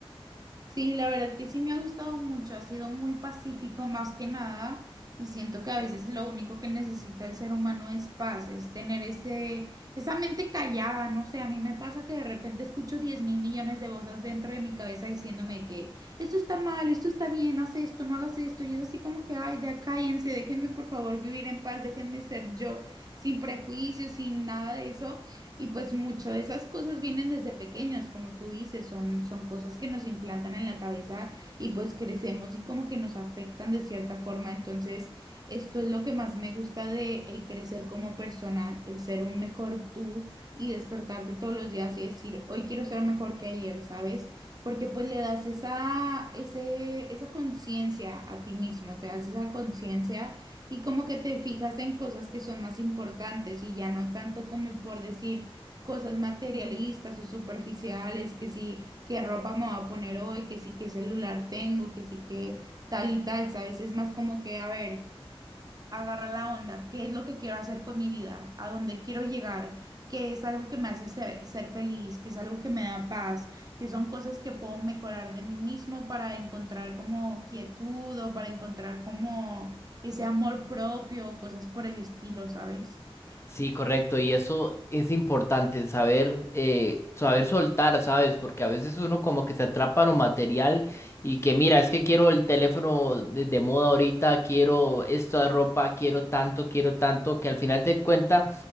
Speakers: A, on the right; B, on the left.
A: Sí, la verdad que sí me ha gustado mucho, ha sido muy pacífico más que nada y siento que a veces lo único que necesita el ser humano es paz, es tener ese, esa mente callada, no sé, a mí me pasa que de repente escucho 10 mil millones de voces dentro de mi cabeza diciéndome que esto está mal, esto está bien, haz esto, no hagas esto y es así como que, ay, ya cállense, déjenme por favor vivir en paz, déjenme ser yo, sin prejuicios, sin nada de eso. Y pues mucho de esas cosas vienen desde pequeños, como tú dices, son, son cosas que nos implantan en la cabeza y pues crecemos y como que nos afectan de cierta forma. Entonces, esto es lo que más me gusta de el crecer como persona, el ser un mejor tú y despertarte todos los días y decir, hoy quiero ser mejor que ayer, ¿sabes? Porque pues le das esa, ese, esa conciencia a ti mismo, te das esa conciencia y como que te fijas en cosas que son más importantes y ya no tanto como por decir cosas materialistas o superficiales, que sí, qué ropa me voy a poner hoy, que sí, qué celular tengo, que sí, qué tal y tal, ¿sabes? Es más como que, a ver, agarra la onda, ¿qué es lo que quiero hacer con mi vida? ¿A dónde quiero llegar? ¿Qué es algo que me hace se- ser feliz? ¿Qué es algo que me da paz? que son cosas que puedo mejorar de mí mismo para encontrar como quietud o para encontrar como ese amor propio, cosas por el estilo, ¿sabes?
B: Sí, correcto, y eso es importante, saber, eh, saber soltar, ¿sabes? Porque a veces uno como que se atrapa a lo material y que mira, es que quiero el teléfono de, de moda ahorita, quiero esta ropa, quiero tanto, quiero tanto, que al final de cuentas